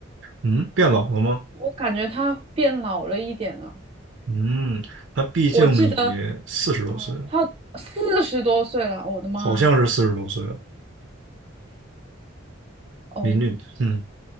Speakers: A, on the right (about 65°); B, on the right (about 30°).
A: 嗯，变老了吗？
B: 我感觉他变老了一点了。
A: 嗯，他毕竟也四十多岁了，
B: 我记得，嗯，他四十多岁了，我的妈！
A: 好像是四十多岁了。
B: 哦，
A: 林俊，嗯，